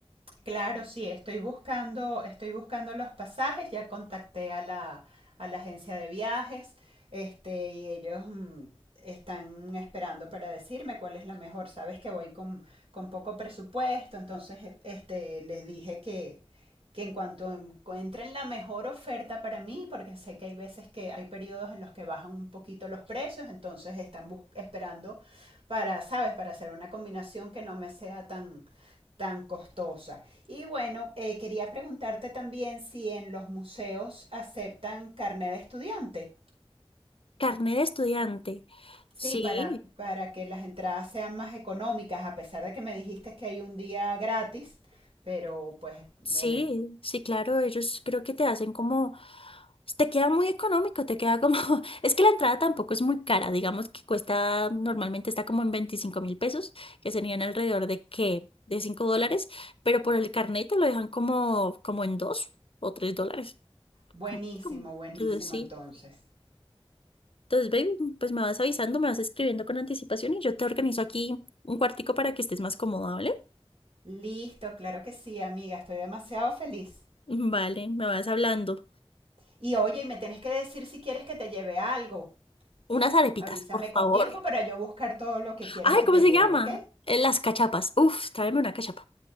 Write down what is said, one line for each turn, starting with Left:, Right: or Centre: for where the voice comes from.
Right: Claro, sí, estoy buscando, estoy buscando los pasajes, ya contacté a la, a la agencia de viajes, este, y ellos mm, están esperando para decirme cuál es la mejor. Sabes que voy con, con poco presupuesto, entonces e- este, les dije que, que en cuanto encuentren la mejor oferta para mí, porque sé que hay veces que hay periodos en los que bajan un poquito los precios, entonces están bus- esperando para, sabes, para hacer una combinación que no me sea tan, tan costosa. Y bueno, eh, quería preguntarte también si en los museos aceptan carnet de estudiante.
Left: Carnet de estudiante.
Right: Sí,
Left: Sí,
Right: para, para que las entradas sean más económicas, a pesar de que me dijiste que hay un día gratis, pero pues
Left: sí,
Right: en el
Left: sí, claro, ellos creo que te hacen como, te queda muy económico, te queda como, <laughs> es que la entrada tampoco es muy cara, digamos que cuesta, normalmente está como en veinticinco mil pesos, que serían alrededor de qué, de 5 dólares, pero por el carnet te lo dejan como, como en dos o tres dólares.
Right: buenísimo,
Left: como- como-
Right: buenísimo
Left: Entonces sí,
Right: entonces.
Left: entonces baby, pues me vas avisando, me vas escribiendo con anticipación y yo te organizo aquí un cuartico para que estés más cómoda, ¿vale?
Right: Listo, claro que sí, amiga, estoy demasiado feliz.
Left: <laughs> Vale, me vas hablando.
Right: Y oye, y me tienes que decir si quieres que te lleve algo.
Left: Unas arepitas,
Right: Avísame
Left: por favor.
Right: con tiempo para yo buscar todo lo que quieres
Left: Ay,
Right: que
Left: ¿cómo
Right: te
Left: se
Right: lleve,
Left: llama?
Right: ¿ok?
Left: Eh, Las cachapas. Uf, tráeme una cachapa.